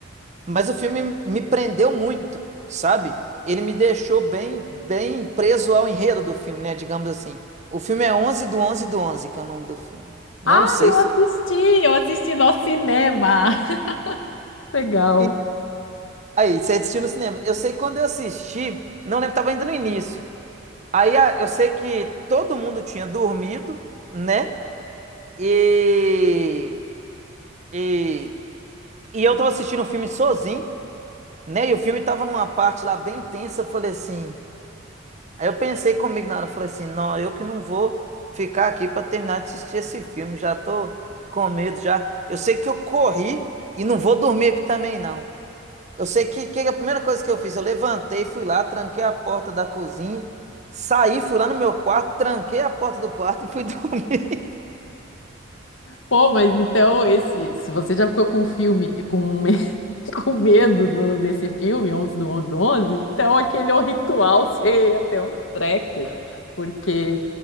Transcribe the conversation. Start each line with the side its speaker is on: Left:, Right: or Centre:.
Right: mas o filme me prendeu muito, sabe? Ele me deixou bem, bem preso ao enredo do filme, né? Digamos assim. O filme é Onze do Onze do Onze, que é o nome do filme. Não
Left: Ah,
Right: sei
Left: eu
Right: se...
Left: assisti, eu assisti no cinema. <laughs> Legal.
Right: E aí, você assistiu no cinema. Eu sei que quando eu assisti, não lembro, tava ainda no início. Aí a- eu sei que todo mundo tinha dormido, né? E, e, e eu tava assistindo o filme sozinho. Né? E o filme tava numa parte lá bem tensa, eu falei assim. Aí eu pensei comigo na hora, eu falei assim, não, eu que não vou ficar aqui pra terminar de assistir esse filme, já tô com medo já. Eu sei que eu corri e não vou dormir aqui também não. Eu sei que, que a primeira coisa que eu fiz, eu levantei, fui lá, tranquei a porta da cozinha, saí, fui lá no meu quarto, tranquei a porta do quarto e fui <laughs> dormir.
Left: Pô, mas então esse, se você já ficou com um filme, com, um me- <laughs> com medo no- nesse filme, onze do 11, do 11, então aquele é o ritual, <laughs> você ia ter um treco, porque